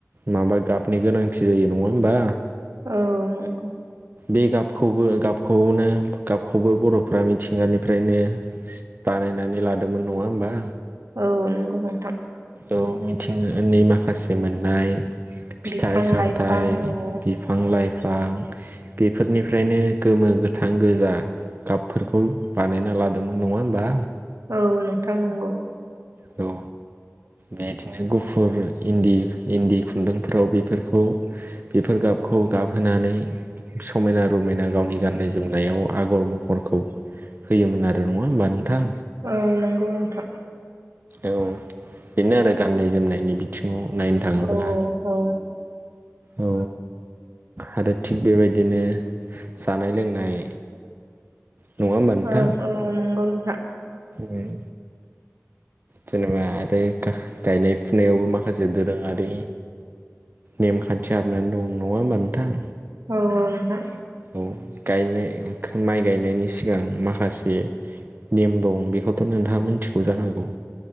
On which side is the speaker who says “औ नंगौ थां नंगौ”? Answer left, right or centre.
Right